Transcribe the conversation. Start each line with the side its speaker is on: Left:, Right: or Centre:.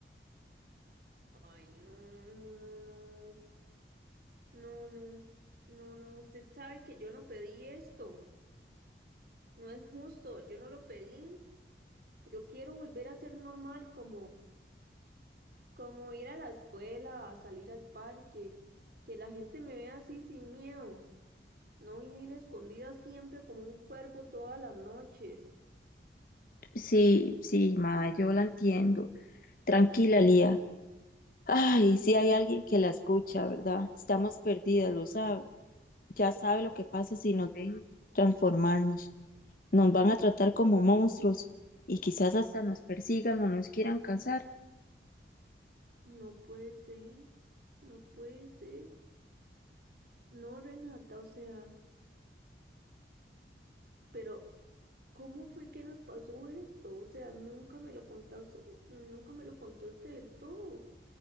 Right: Ay, no, no, no, no. No, no. No, no. Usted sabe que yo no pedí esto. No es justo. Yo no lo pedí. Yo quiero volver a ser normal, como, como ir a la escuela, a salir al parque, que la gente me vea así sin miedo. No vivir escondida siempre como un cuervo todas las noches.
Left: Sí, sí, ma, yo la entiendo. Tranquila, Lía. Ay, si hay alguien que la escucha, ¿verdad? Estamos perdidas, lo sabe. Ya sabe lo que pasa si nos ven transformarnos. Nos van a tratar como monstruos y quizás hasta nos persigan o nos quieran cazar.
Right: No puede ser, no puede ser. No, Renata, o sea, pero ¿cómo fue que nos pasó esto? O sea, nunca me lo contaste, nunca me lo contaste del todo.